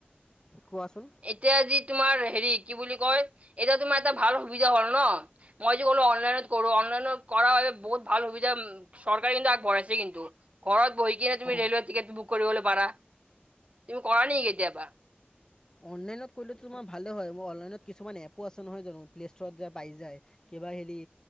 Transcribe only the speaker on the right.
এতিয়া যি তোমাৰ হেৰি কি বুলি কয়, এতিয়া তোমাৰ এটা ভাল সুবিধা হ'ল ন? মই যে ক'লো অনলাইনত কৰো, অনলাইনত কৰা হ'লে বহুত ভাল সুবিধা উম চৰকাৰে কিন্তু আগবঢ়াইছে কিন্তু। ঘৰত বহি কিনে তুমি
ৰেলৱৰ টিকেট বুক কৰিবলৈ পাৰা। তুমি কৰা নেকি কেতিয়াবা।